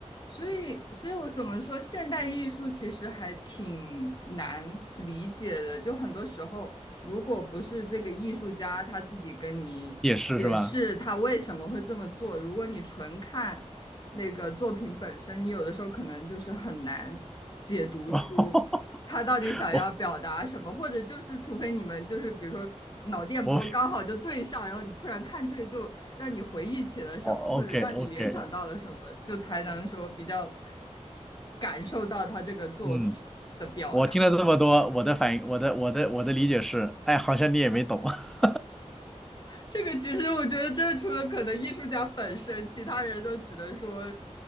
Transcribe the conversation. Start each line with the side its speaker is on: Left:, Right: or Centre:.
Left: 所以，所以我怎么说，现代艺术其实还挺难理解的。就很多时候，如果不是这个艺术家他自己跟你解释他为什么会这么做，
Centre: 也是是吧？
Left: 如果你纯看那个作品本身，你有的时候可能就是很难解读出。
Centre: <laughs>
Left: 他到底想要表达什么，
Centre: 我
Left: 或者就是除非你们就是比如说脑电波刚好就对上，
Centre: 我
Left: 然后你突然看这个就让你回忆起了什么，
Centre: 哦，OK
Left: 或者让你联想到了什么，
Centre: OK，
Left: 就才能说比较感受到他这个作品的表达。
Centre: 嗯，我听了这么多，我的反应，我的我的我的理解是，哎，好像你也没懂。<laughs>
Left: 这个其实我觉得，这除了可能艺术家本身，其他人都只能说